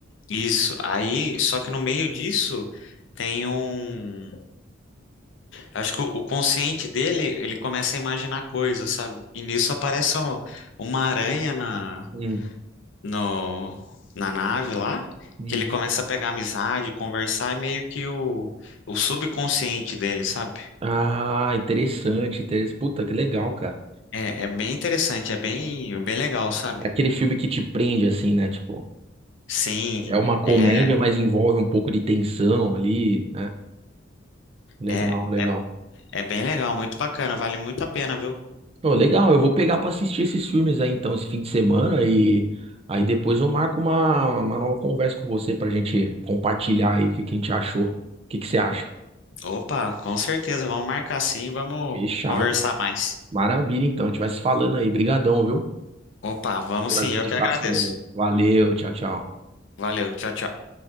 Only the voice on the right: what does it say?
Hum,
hum.
Ah, interessante, interessante. Puta, que legal, cara.
É aquele filme que te prende, assim, né? Tipo,
é uma comédia,
mas envolve um pouco de tensão ali, né? Legal,
legal.
Pô, legal, eu vou pegar pra assistir esses filmes aí então, esse fim de semana e aí depois eu marco uma, uma nova conversa com você pra gente compartilhar aí o que que a gente achou. O que que você acha?
Fechado.
Maravilha, então, a gente vai se falando aí. Brigadão, viu?
Pelas
indicações.
Valeu, tchau, tchau.